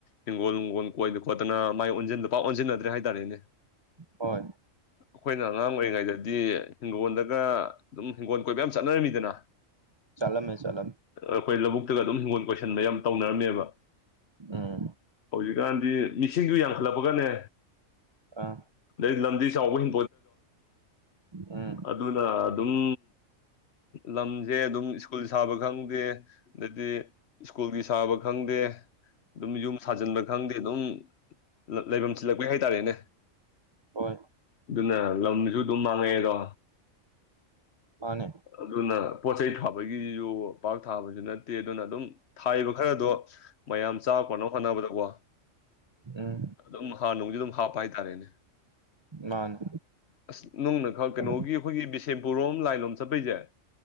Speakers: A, on the left; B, on the right.
A: ꯍꯤꯡꯒꯣꯜ ꯅꯨꯡꯒꯣꯜ ꯀꯣꯏꯕ ꯈꯣꯠꯇꯅ ꯃꯥꯏ ꯑꯣꯟꯁꯤꯟ ꯄꯥꯛ ꯑꯣꯟꯁꯤꯟꯅꯗ꯭ꯔꯦ ꯍꯥꯏꯇꯥꯔꯦꯅꯦ
B: ꯍꯣꯏ
A: ꯑꯩꯈꯣꯏꯅ ꯑꯉꯥꯡ ꯑꯣꯏꯔꯤꯉꯩꯗꯗꯤ ꯍꯤꯡꯒꯣꯜꯗꯒ ꯑꯗꯨꯝ ꯍꯤꯡꯒꯣꯜ ꯀꯣꯏꯕ ꯌꯥꯝ ꯆꯠꯅꯔꯝꯃꯤꯗꯅ
B: ꯆꯠꯂꯝꯃꯦ ꯆꯠꯂꯝꯃꯦ
A: ꯑꯩꯈꯣꯏ ꯂꯧꯕꯨꯛꯇꯒ ꯑꯗꯨꯝ ꯍꯤꯡꯒꯣꯜ ꯀꯣꯏꯁꯤꯟꯕ ꯌꯥꯝ ꯇꯧꯅꯔꯝꯃꯦꯕ
B: ꯎꯝ
A: ꯍꯧꯖꯤꯛ ꯀꯥꯟꯗꯤ ꯃꯤꯁꯤꯡꯁꯨ ꯌꯥꯝꯡꯈꯠꯂꯛꯄꯒꯅꯦ
B: ꯑꯥ
A: ꯑꯗꯩ ꯂꯝꯗꯤ ꯆꯥꯎꯕ <inaudible>
B: ꯎꯝ
A: ꯑꯗꯨꯅ ꯑꯗꯨꯝ ꯂꯝꯁꯦ ꯑꯗꯨꯝ ꯁ꯭ꯀꯨꯜ ꯁꯥꯕ ꯈꯪꯗꯦ ꯑꯗꯩꯗꯤ ꯁ꯭ꯀꯨꯜꯒꯤ ꯁꯥꯕ ꯈꯪꯗꯦ ꯑꯗꯨꯝ ꯌꯨꯝ ꯁꯥꯖꯤꯟꯕ ꯈꯪꯗꯦ ꯑꯗꯨꯝ ꯂꯩꯐꯝ ꯆꯤꯜꯂꯛꯄꯩ ꯍꯥꯏꯇꯥꯔꯦꯅꯦ
B: ꯍꯣꯏ
A: ꯑꯗꯨꯅ ꯂꯝꯁꯨ ꯑꯗꯨꯝ ꯃꯥꯡꯉꯛꯑꯦꯗꯣ
B: ꯃꯥꯅꯦ
A: ꯑꯗꯨꯅ ꯄꯣꯠ ꯆꯩꯩ ꯊꯥꯕꯒꯤꯒꯤꯁꯨ ꯄꯥꯛ ꯊꯥꯕꯁꯨ ꯅꯠ ꯇꯦ ꯑꯗꯨꯅ ꯑꯗꯨꯝ ꯊꯥꯔꯤꯕ ꯈꯔꯗꯣ ꯃꯌꯥꯝ ꯆꯥꯕ ꯀꯣꯟꯅꯅꯕ ꯍꯣꯠꯅꯕꯗꯀꯣ
B: ꯎꯝ
A: ꯑꯗꯨꯝ ꯍꯥꯔ ꯅꯨꯡꯗꯤ ꯑꯗꯨꯝ ꯍꯥꯞꯄ ꯍꯥꯏꯇꯥꯔꯦꯅꯦ
B: ꯃꯥꯅꯦ
A: ꯑꯁ ꯅꯨꯡꯅ ꯈꯛ ꯀꯩꯅꯣꯒꯤ
B: ꯑꯗꯨ
A: ꯑꯩꯈꯣꯏꯒꯤ ꯕꯤꯁꯦꯝꯄꯨꯔ ꯔꯣꯝ ꯂꯥꯏꯟꯂꯣꯝ ꯆꯠꯄꯩꯁꯦ